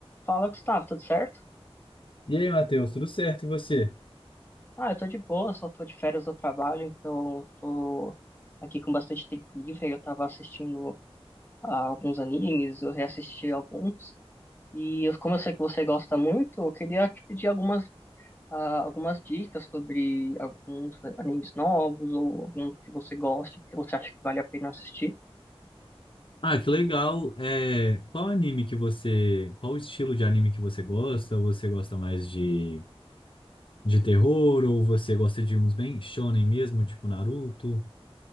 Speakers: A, on the left; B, on the left.
A: Fala, Gustavo, tudo certo?
B: E aí, Matheus, tudo certo? E você?
A: Ah, eu tô de boa, só tô de férias do trabalho, então eu tô aqui com bastante tempo livre. aí Eu tava assistindo ah, alguns animes, eu reassisti alguns. E eu- como eu sei que você gosta muito, eu queria te pedir algumas, ah, algumas dicas sobre alguns animes novos ou alguns que você goste, que você acha que vale a pena assistir.
B: Ah, que legal. É, qual anime que você, qual estilo de anime que você gosta? Você gosta mais de, de terror ou você gosta de uns bem shonen mesmo, tipo Naruto?